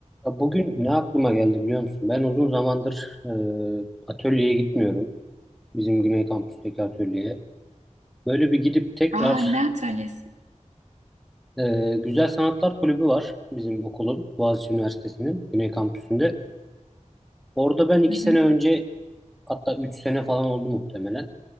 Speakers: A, in the centre; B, on the right (about 65°).
A: Ya Bugün ne aklıma geldi biliyor musun? Ben uzun zamandır e, atölyeye gitmiyorum. Bizim Güney Kampüs'teki atölyeye. Böyle bir gidip tekrar
B: Aa ne atölyesi?
A: e, Güzel Sanatlar Kulübü var bizim okulun, Boğaziçi Üniversitesi'nin Güney Kampüsü'nde. Orada ben iki
B: Hı hı.
A: sene önce hatta üç sene falan oldu muhtemelen.